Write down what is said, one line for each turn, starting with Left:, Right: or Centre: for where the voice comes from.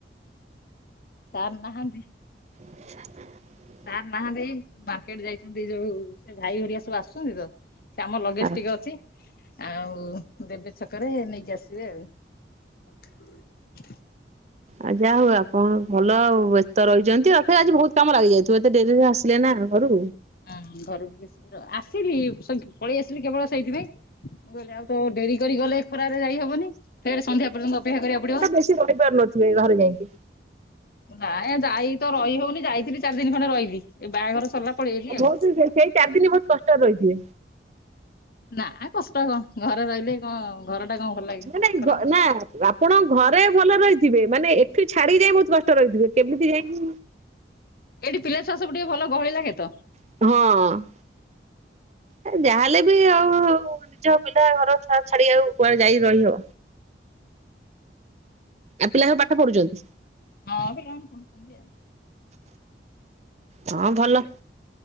Left: ସାର ନାହାନ୍ତି।
Right: <inaudible>
Left: ସାର୍ ନାହାନ୍ତି ମାର୍କେଟ ଯାଇଛନ୍ତି ଯୋଉ ସେ ଭାଇ ହରିଆ ସବୁ ଆସୁଛନ୍ତି ତ। ସେ ଆମ ଲଗେଜ
Right: ଆଉ
Left: ଟିକେ ଅଛି ଆଉ ଦେବେ ଛକରେ ନେଇକି ଆସିବେ ଆଉ। <inaudible>
Right: ଆ ଯା ହଉ ଆପଣ ଭଲ ଆଉ ବ୍ୟସ୍ତ ରହିଚନ୍ତି ଆଉ ଫେରେ ଆଜି ବୋହୁତ କାମ ଲାଗିଯାଇଥିବ ଏତେ ଡେରିରେ ଆସିଲେ ନା ଘରୁ।
Left: ହଁ ଘରୁ ଟିକେ ଶୀଘ୍ର ଆସିଲି ସେ ପଳେଇ ଆସିଲି କେବଳ ସେଇଥିପାଇଁ। ମୁଁ କହିଲି ଆଉ ତ ଡେରି କରି ଗଲେ ଖରାରେ ଯାଇ ହବନି ଫେରେ ସନ୍ଧ୍ୟା ପର୍ଯ୍ୟନ୍ତ ଅପେକ୍ଷା କରିବାକୁ ପଡିବ।
Right: ସିଏ ରହିପାରେ ନତି। ସିଏ ଘରେ ଯାଇକି।
Left: ନା ଯାଇ ତ ରହି ହଉନି ଯାଇଥିଲି ଚାରି ଦିନ ଖଣ୍ଡେ ରହିବି ଏ ବାହାଘର ସରିଲା ପଳେଇଆଇଲି ଆଉ।
Right: ଭୋଉତୁ ସେଇ ସେଇ ଚାରି ଦିନ ବୋହୁତ କଷ୍ଟରେ ରହିଥିବେ।
Left: ନା କଷ୍ଟ କଣ ଘରେ ରହିଲେ କଣ ଘର ଟା କଣ ଭଲ ଲାଗେ
Right: ନାଇଁ ନାଇଁ
Left: ଖରାପ
Right: ଘ
Left: ଲାଗେ।
Right: ନା ଆପଣ ଘରେ ଭଲ ରହିଥିବେ ମାନେ ଏଠି ଛାଡି ଯାଇ ବୋହୁତ କଷ୍ଟ ରହିଥିବେ କେମିତି ଯାଇକି
Left: ଏଠି ପିଲା ଛୁଆ ସବୁ ଟିକେ ଭଲ ଗହଳି ଲାଗେ ତ।
Right: ହଁ। ଆ ଯାହାହେଲେ ବି ଆଉ ନିଜ ପିଲା ଘର ଛା ଛାଡି ଆଉ କୁଆଡେ ଯାଇକି ରହିହବ। ଆ ପିଲା କ ପାଠ ପଢୁଛନ୍ତି।
Left: ହଁ ପିଲାମାନେ ପଢୁଛନ୍ତି ଆଉ।
Right: ହଁ ଭଲ